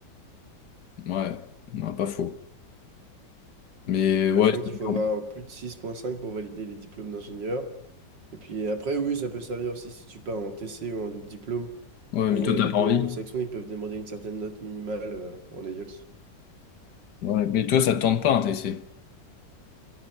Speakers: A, on the left; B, on the right.
A: Ouais, non, pas faux. Mais ouais,
B: Bah, je crois
A: c'est-
B: qu'il faut avoir plus de six virgule cinq pour valider les diplômes d'ingénieur. Et puis après, oui, ça peut servir aussi si tu pars en TC ou en double diplôme.
A: ouais,
B: Pour
A: mais toi,
B: euh,
A: t'as
B: des
A: pas
B: pays
A: envie.
B: anglo-saxons, ils peuvent demander une certaine note minimale euh, en IELTS.
A: Ouais, mais toi, ça te tente pas un TC.